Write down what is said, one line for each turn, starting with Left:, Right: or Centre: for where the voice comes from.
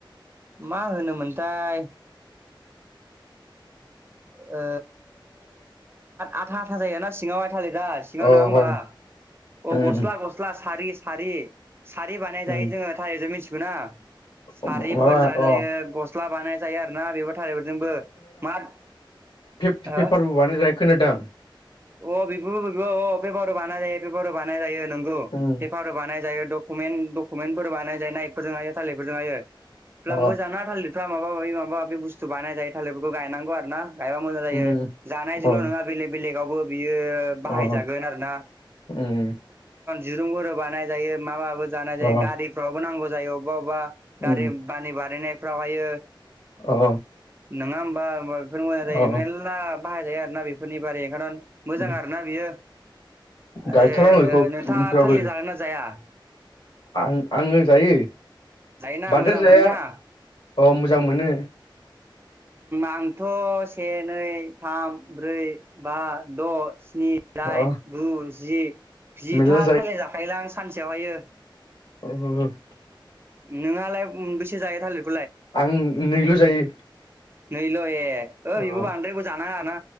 Right: मा होनोमोनथाय ओ आथा आथा जाय ना सिङाव थाललि दा सिङाव
Left: अ
Right: नङा होमबा
Left: हय उम
Right: अ गस्ला गस्ला सारि सारि सारि बानाय
Left: उम
Right: जायो जोङो थारिरजों मिथिगौ ना सारिफोर
Left: उम माबा
Right: जानाय
Left: अ
Right: जायोस सिस्ला बानाय जायो आरोोना बेबो थालफोरजोंबो मा
Left: पेपारबो
Right: हो
Left: बानायानाय खोनादों
Right: अ बिबोबो अ पेपार बानाय जायो पेपार बानाय जायो नोंगौ
Left: उम
Right: पेपार बानाय जायो कमेनथ डकुमेन्टफोर बानायजायोनायकफोरजों हायो थालिरफोरजों हायो हब्ला
Left: अ
Right: मोजाङ ना थालिर माबा माबि माबा माबि बुस्थु बानाय जायो थालिर बेफोरखौ गायनांगौ आरोना गायबा मोजां जायो
Left: उम
Right: जानायजोंल'
Left: अ
Right: नङा बेलेग बेलेगावबो बियो बाहाय
Left: अ
Right: जागोन आरोना
Left: उम
Right: दिरुंफोर बानाय जायो जानाय जायो
Left: अ
Right: गारिफ्रावबो नांगौ जायो अबेबा अबेबा गारि
Left: उम
Right: बानि बारनायफ्रावहायो
Left: अ
Right: नङा होमबा ह बेफोर मोजां जायो
Left: अ
Right: म मेरला बाहायजायो आर ना बेफोरनि बारै मोजां
Left: उम
Right: आर ना बियो आरो
Left: गायथारनांगौ बेखौ
Right: नोंथाङा
Left: मिथिबाबो
Right: थालिर जागोन ना जाया
Left: आं आङो जायो
Right: जायना
Left: बांद्राय
Right: मोजां
Left: जाया
Right: मोनोना
Left: अ मोजां मोनो
Right: आंथ' से नै थाम ब्रै बा द' स्नि दाइन
Left: अ
Right: गु जि जिथा
Left: मेरला
Right: थालिर जाखायोलां सानसेयावहायो।
Left: <unintelligible>
Right: नोंहालाय मोनबेसो जायो थालिर
Left: आं नैल' जायो
Right: नैल' ओ
Left: अ
Right: बेबो बांद्रायबो जानाङाना